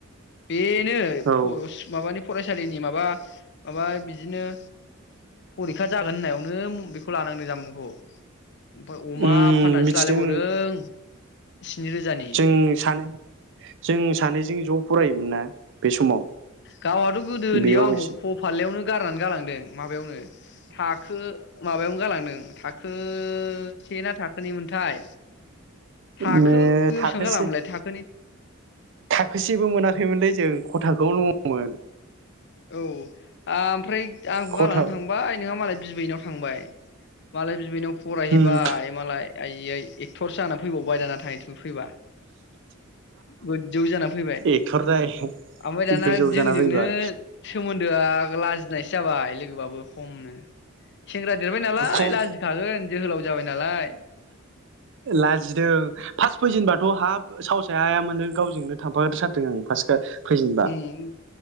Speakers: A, on the left; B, on the right.
A: बे नों
B: औ
A: फुस माबानि फरासा <unintelligible> माबा माबा बिदिनो फरिखा जागोन होननायावनो बेखौ लानांदों जामुंखौ। ओमफाय अमा
B: उम
A: फाननानैसो
B: मिथिदों
A: लालायबावदों स्नि रोजानि
B: जों सानो जों सानैजों ज' फरायोमोन ना बे समाव
A: गावहाथ' गोदो
B: बेयाव
A: उन्दैयाव
B: एसे
A: आंखौ ख' फाललायावनो। गारनानै गालांदे। माबायावनो थाखो। माबायावनो गालांदों थाखो। ओ से ना था खोनिमोनथाय। थाखो
B: ओ
A: बेसेबां
B: थाखोसे
A: जालांङामोनलाय थाखोनि
B: थाखोसेबो मोनाखैमोनलै जों ख थाखोआवनो दङमोन।
A: औ आमफ्राय। आंखौ गालांनानै
B: खथा
A: थांबाय नोंहा मालाय बिबैनाव थांबाय मालाय बिबैनाव फरायहैबाय
B: उम
A: मालाय आइयै। एक्टर सो जानानै फैबावबाय दाना था फैबा गोजौ जानानै फैबाय
B: एक्टरदाय
A: ओमफ्राय दाना
B: गोजौ
A: जोंजोंनो
B: जाना फैबाय
A: सोमोन्दोआ लाजिनायसो जाबाय लोगो बाबो। खम नो। सेंग्रा देरबाय नालाय
B: खम
A: लाजिखागोन जोहोलाव जाबाय नालाय।
B: लाजिदों फार्स्ट फैजेनबाथ' हाब सावस हाया हाया मोनदों गावजोंनो थांफाथारदों आं फार्स्ट फैजेनबा
A: उम